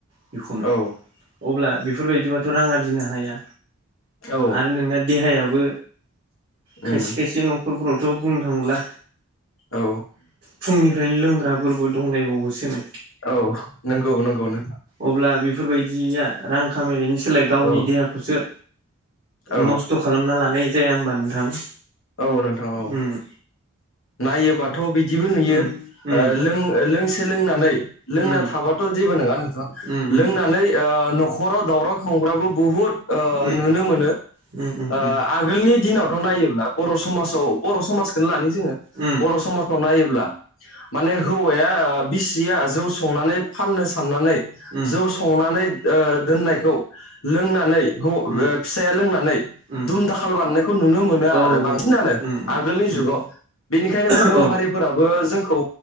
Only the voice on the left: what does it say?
औ
औ
उम
औ
औ नंगौ नंगौ नोंथां।
औ
औ
औ नोंथां
औ। नायोबाथ' बिदिबो नुयो
ओ लों लोंसे लोंनानै लोंना
थाबाथ' जेबो नङा नोंथां।
लोंनानै ओ न खराव दावराव खामग्राबो बुहुद
नुनो मोनो ओ
आगोलनि दिनाव नायोब्ला बर' समाजाव बर' समाजखौनो लानि जोङो।
बर' समाजाव नायोब्ला माने हौवाया बिसिया जौ संनानै फाननो साननानै
जौ संनानै ओ‌ दोननायखौ लोंनानै हौ‌
फिसाया लोंनानै
दुम दाखाल बानायनायखौ नुनो मोना
आरो बांसिन। नानो
आगोलनि
जुगाव बेनिखायनो गुबुन
हारिफोराबो जोंखौ